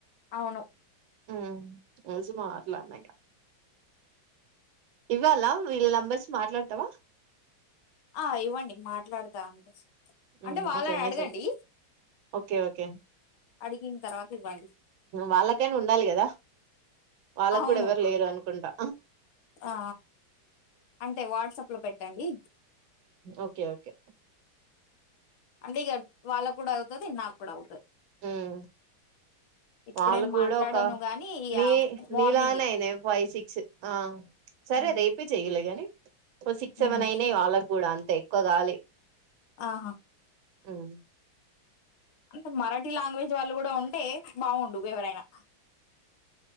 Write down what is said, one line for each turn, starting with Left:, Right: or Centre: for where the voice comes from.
Left: అవును
Right: ఉమ్ రోజు మాట్లాన్నా ఇవ్వాలా వీళ్ళ నెంబర్స్ మాట్లాడతావా
Left: ఆ ఇవ్వండి మాట్లాడుతా అం
Right: హ్మ్.
Left: అంటే వాళ్ళని
Right: ఓకే మెసేజ్
Left: అడగండి
Right: ఓకే ఓకే
Left: అడిగిన తర్వాత ఇవ్వాలి
Right: వాళ్ళకైనా ఉండాలి కదా వాళ్ళకు
Left: అవును
Right: కూడా ఎవరు లేరు అనుకుంటా
Left: ఆ అంటే వాట్సాప్ లో పెట్టండి
Right: ఓకే ఓకే
Left: అంటే ఇక వాళ్ళ కూడా అవుతది నాకు కూడా అవుతది
Right: మ్
Left: ఇప్పుడేం
Right: వాళ్ళు కూడా
Left: మాట్లాడను
Right: ఒక
Left: గాని ఇగ
Right: నీ
Left: మార్నింగే
Right: నీ లానే అయినా ఫైవ్ సిక్స్ ఆ సరే
Left: ఉమ్
Right: రేపే చెయ్యలే ని ఓ సిక్స్ సెవెన్
Left: ఉమ్
Right: అయినాయి వాళ్ళకి కూడా అంతే ఎక్కువ కాలె
Left: ఆహా
Right: ఉమ్
Left: అంటే మరాఠీ లాంగ్వేజ్ వాళ్ళు కూడా ఉంటే బాగుండు ఎవరైనా